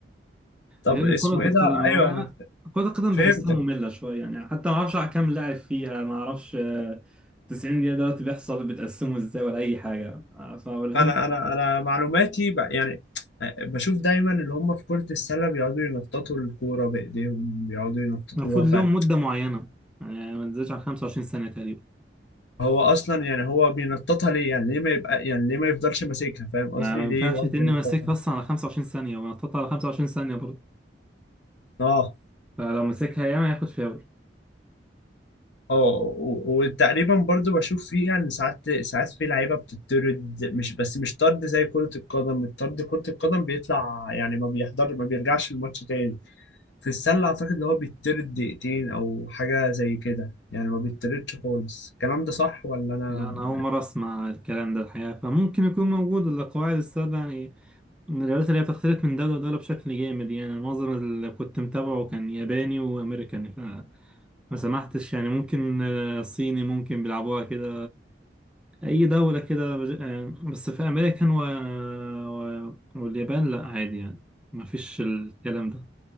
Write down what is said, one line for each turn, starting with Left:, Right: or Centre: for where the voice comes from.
Left: طب
Centre: غير
Left: اسمه
Centre: كرة القدم
Left: ايه ده ايوه
Centre: أنا-
Left: انا
Centre: كرة القدم
Left: فهمتك
Centre: بحسها مملة شوية يعني حتى ما اعرفش على كام لاعب فيها ما اعرفش آه، 90 دقيقة دلوقتي بيحصل بتقسمه ازاي ولا أي حاجة آه، فلهم
Left: انا انا انا معلوماتي ب... يعني آه، بشوف دايما اللي هم في كرة السلة بيقعدوا ينططوا الكورة بايديهم بيقعدوا ينططوها
Centre: المفروض لهم
Left: فعلا
Centre: مدة معينة يعني ما تنزلش على 25 سنة تقريبا
Left: هو اصلا يعني هو بينططها ليه يعني ليه ما يبقى يعني ليه ما يفضلش ماسكها فاهم قصدي
Centre: ما ما ينفعش
Left: ليه يقعد
Centre: تن
Left: ينططها
Centre: ماسكها اصلا على 25 ثانية ونطط على 25 ثانية برضه
Left: اه
Centre: فلو مسكها ياما ياخد فاول
Left: اه و- وتقريبا برضو بشوف فيها ان ساعات ساعات في لعيبه بتطرد مش بس مش طرد زي كره القدم الطرد كره القدم بيطلع يعني ما بيحضر ما بيرجعش الماتش تاني في السلة أعتقد إن هو بيطرد دقيقتين أو حاجة زي كده يعني ما بيطردش خالص الكلام ده صح ولا أنا
Centre: لا انا اول مرة اسمع الكلام ده الحقيقة فممكن يكون موجود القواعد السادة يعني من الرياضات اللي هي بتختلف من دولة لدولة بشكل جامد يعني معظم اللي كنت متابعه كان ياباني وامريكاني فما سمحتش يعني ممكن آه، صيني ممكن بيلعبوها كده اي دولة كده بج- آه، بس في امريكا و... و... واليابان لا عادي يعني مفيش الكلام ده